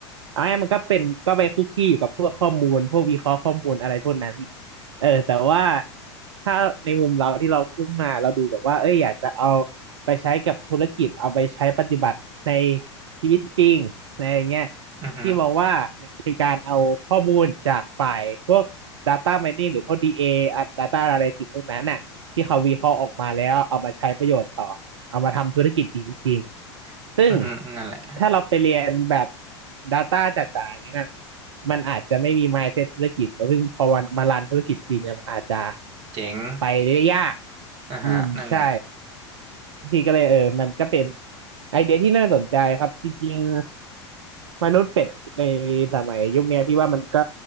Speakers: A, on the right (about 70°); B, on the right (about 40°).
A: เอาง่ายๆมันก็เป็นก็ไปคุกคีอยู่กับพวกข้อมูลพวกวิเคราะห์ข้อมูลอะไรพวกนั้น เออแต่ว่าถ้าในมุมเราที่เราพูดมาเราดูแบบว่าเอ้ยอยากจะเอาไปใช้กับธุรกิจเอาไปใช้ปฏิบัติในชีวิตจริงในอะไรเงี้ย
B: อือฮึ
A: ที่มองว่ามันคือการเอาข้อมูลจากฝ่ายพวก Data Mining หรือพวก DA ออ่ะ Data Analysis พวกนั้นน่ะที่เขาวิเคราะห์ออกมาแล้วเอามาใช้ประโยชน์ต่อเอามาทำธุรกิจจริงๆซึ่ง
B: อือฮึอือนั่นแหละ
A: ถ้าเราไปเรียนแบบ Data จ๋าๆอย่างนั้นน่ะ มันอาจจะไม่มี mindset ธุรกิจแล้วซึ่งพอวันมารันธุรกิจจริงเนี่ยมันอาจจะ
B: เจ๋ง
A: ไปได้ยาก
B: อ่าฮะนั่นแหละ
A: อืมใช่ที่ก็เลยเออมันก็เป็นไอเดียที่น่าสนใจครับจริงๆมนุษย์เป็ดในสมัยยุคเนี้ยพี่ว่ามันก็